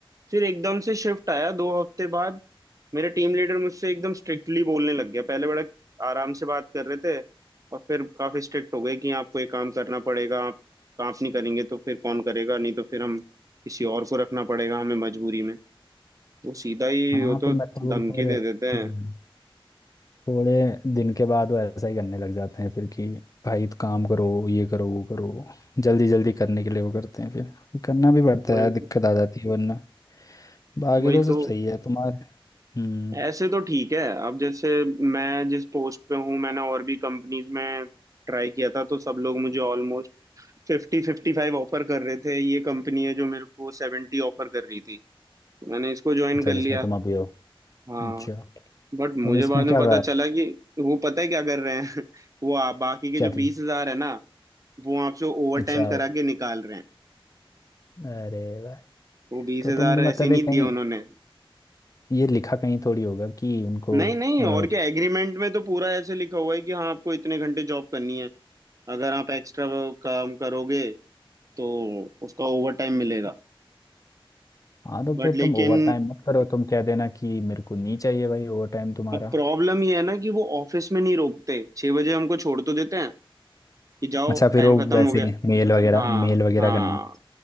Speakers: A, on the right; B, on the left.
A: फिर एकदम से शिफ्ट आया दो हफ्ते बाद मेरे टीम लीडर मुझसे एकदम स्ट्रिक्टली बोलने लग गया पहले बड़ा आराम से बात कर रहे थे और फिर काफी स्ट्रिक्ट हो गए कि आपको ये काम करना पड़ेगा आप आप नहीं करेंगे तो फिर कौन करेगा नहीं तो फिर हम किसी और को रखना पड़ेगा हमें मजबूरी में वो सीधा ही
B: हाँ
A: वो तो
B: फिर मतलब
A: धमकी
B: वो फिर
A: दे
B: हम्म,
A: देते हैं
B: थोड़े दिन के बाद वो ऐसा ही करने लग जाते हैं फिर कि भाई तो काम करो ये करो वो करो जल्दी जल्दी करने के लिए वो करते हैं फिर फिर करना भी पड़ता
A: वही
B: है दिक्कत
A: तो,
B: आ जाती है वरना बाकी
A: वही
B: तो
A: तो
B: सब सही है तुम्हारे हम्म
A: ऐसे तो ठीक है अब जैसे मैं जिस पोस्ट पे हूँ मैंने और भी कंपनीज में ट्राई किया था तो सब लोग मुझे फिफ्टी फिफ्टी फाइव ऑफर कर रहे थे ये कंपनी है जो मेरे को सेवेंटी ऑफर कर रही थी तो मैंने इसको ज्वाइन
B: अच्छा
A: कर
B: जिसमें
A: लिया
B: तुम अभी हो
A: हाँ
B: अच्छा
A: बट
B: तुम
A: मुझे
B: इसमें
A: बाद में
B: क्या
A: पता चला कि वो पता है क्या कर रहे हैं <laughs> वो आ, बाकी के
B: क्या
A: जो बीस
B: थी
A: हजार है ना वो आपसे ओवर
B: अच्छा
A: टाइम करा के निकाल रहे हैं
B: अरे भाई
A: वो बीस
B: तो
A: हजार
B: तुम भी
A: ऐसे
B: मतलब
A: नहीं
B: ये कहीं
A: दिए उन्होंने
B: ये लिखा कहीं थोड़ी होगा कि उनको
A: नहीं नहीं
B: अ,
A: और क्या एग्रीमेंट में तो पूरा ऐसे लिखा हुआ है कि हाँ आपको इतने घंटे जॉब करनी है अगर आप एक्स्ट्रा काम करोगे तो उसका ओवर टाइम मिलेगा
B: हाँ तो
A: बट
B: फिर
A: लेकिन
B: तुम ओवर टाइम मत करो तुम कह देना कि मेरे को नहीं चाहिए भाई ओवर टाइम तुम्हारा
A: अब प्रॉब्लम ये है ना कि वो ऑफिस में नहीं रोकते छह बजे हमको छोड़ तो देते हैं कि जाओ
B: अच्छा फिर
A: टाइम
B: वो
A: खत्म
B: वैसे
A: हो गया
B: मेल वगैरह
A: हाँ
B: मेल वगैरह
A: हाँ
B: का